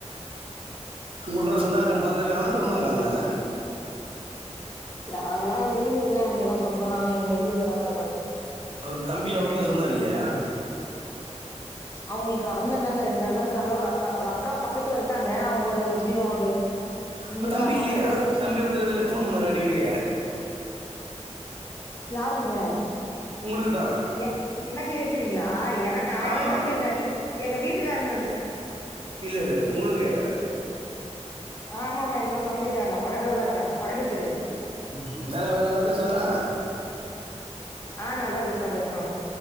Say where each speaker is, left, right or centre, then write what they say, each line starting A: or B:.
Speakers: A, on the right; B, on the left.
A: உங்களுக்குல்லா சொந்தக்காரங்க பக்கத்துலருக்காங்களா தூரமா இருக்காங்களாங்க
B: நாங்களா வெளியூருங்க இங்கல்லா சொந்தலா இங்க வெளியூர்ல தாங்க இருக்காங்க
A: அவர் தம்பி அவர்ல்லா சொன்னாரு இல்லையா
B: அவுங்களுக்கு அண்ண தாங்க ரெண்டு அண்ண இருக்காங்க ஒரு அக்கா ஒரு அக்கா பக்கத்துல இருக்காங்க அவுங்க ஒரு எப்பிடியு ஒரு இங்கதா
A: அப்போ தம்பி
B: பக்கத்துலயே
A: இல்லையா தம்பி ஒருத்தரு ஃபோன் பண்ணுவாரே அடிக்கடி
B: யாருக்குங்க
A: உங்களுக்கு தா
B: எனக் எனக்கு கேக்குறீங்களா எனக்கா
A: ஆமாம்
B: எனக்கு தம்பி இருக்காரு எங்க வீட்டுக்காருன்னு நெனச்ச
A: இல்ல இல்ல இல்ல உங்களுக்கு கேக்கற
B: ஆமா ஆமா எனக்கு ஒரு தம்பி இருக்காங்க பக்கத்துலதா இருக்காங்க பக்கத்து தெருவு
A: ம் நல்ல நல்லா பேசுவாரா
B: ஆ நல்லா பேசுவா பேசுவாங்க